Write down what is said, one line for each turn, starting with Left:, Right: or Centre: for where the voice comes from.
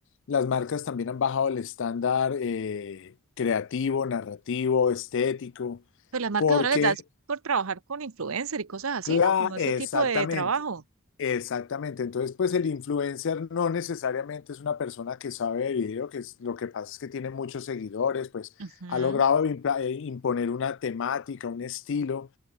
Left: las marcas también han bajado el estándar eh, creativo, narrativo, estético.
Right: Pues las marcas
Left: Porque,
Right: ahora les das por trabajar con influencer y cosas así,
Left: claro,
Right: ¿no? Como ese
Left: exactamente,
Right: tipo de trabajo.
Left: exactamente. Entonces, pues el influencer no necesariamente es una persona que sabe de video, que es- lo que pasa es que tiene muchos seguidores, pues
Right: Ujú.
Left: ha logrado impla- eh, imponer una temática, un estilo,